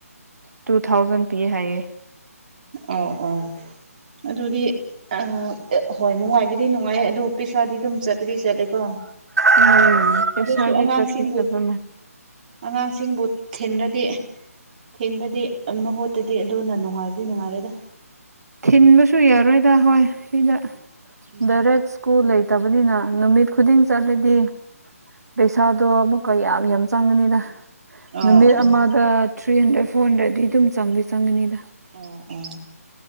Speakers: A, on the right (about 90°); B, on the right (about 30°).
A: ꯇꯨ ꯊꯥꯎꯖꯟ ꯄꯤ ꯍꯥꯏꯌꯦ
B: ꯑꯣ ꯑꯣ ꯑꯗꯨꯗꯤ ꯑ ꯍꯣꯏ ꯅꯨꯡꯉꯥꯏꯕꯗꯤ ꯅꯨꯡꯉꯥꯏ ꯑꯗꯨ ꯄꯩꯁꯥꯗꯤ ꯑꯗꯨꯝ ꯆꯠꯄꯗꯤ ꯆꯠꯂꯦꯀꯣ
A: ꯎꯝ ꯀꯩꯁꯥꯗꯤ
B: ꯑꯗꯨꯁꯨ ꯑꯉꯥꯡꯁꯤꯡꯕꯨ
A: ꯆ ꯆꯕ
B: ꯑꯉꯥꯡꯁꯤꯡꯕꯨ ꯊꯤꯟꯕꯗꯤ ꯊꯤꯟꯕꯗꯤ ꯃꯍꯨꯠꯇꯗꯤ ꯑꯗꯨꯅ ꯅꯨꯡꯉꯥꯏꯕ ꯑꯗꯨꯗꯤ ꯅꯨꯡꯉꯔꯦꯗ
A: ꯊꯤꯟꯕꯁꯨ ꯌꯥꯔꯣꯏꯗ ꯍꯣꯏ ꯁꯤꯗ
B: ꯎꯝ
A: ꯗꯥꯏꯔꯦꯛ ꯁ꯭ꯀꯨ ꯂꯩꯇꯕꯅꯤꯅ ꯅꯨꯃꯤꯠ ꯈꯨꯗꯤꯡ ꯆꯠꯂꯗꯤ ꯄꯩꯁꯥꯗꯣ ꯑꯃꯨꯛꯀ ꯌꯥꯝ ꯌꯥꯝ ꯆꯪꯉꯅꯤꯅ
B: ꯑꯥ
A: ꯅꯨꯃꯤꯠ
B: ꯑꯥ
A: ꯑꯃꯗ ꯊ꯭ꯔꯤ ꯍꯟꯗ꯭ꯔꯦꯗ ꯐꯣꯔ ꯍꯟꯗ꯭ꯔꯦꯗꯗꯤ ꯑꯗꯨꯝ ꯆꯪꯗꯤ ꯆꯪꯒꯅꯤꯗ
B: ꯑꯣ ꯑꯣ